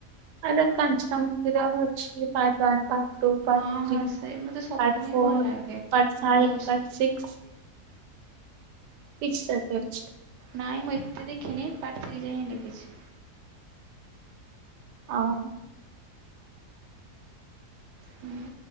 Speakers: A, on the right; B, on the right.
A: ଆ କାଞ୍ଚନ ମୁବିର ଅଛି ପା ପାର୍ଟ ଟୁ ପାର୍ଟ
B: ହଁ
A: ଥ୍ରୀ
B: ହସେ
A: ପାର୍ଟ
B: ମୋତେ ସବୁ ହିଁ
A: ଫୋର
B: ଭଲ ଲାଗେ
A: part five
B: most
A: part six. Six ଯାକେ ଅଛି।
B: ନାଇଁ ମୁଁ ଏତେ ଦେଖିନି ପାର୍ଟ ଥ୍ରୀ ଯାଏ ହିଁ ଦେଖିଛି।
A: ଓହୋ।
B: ହୁଁ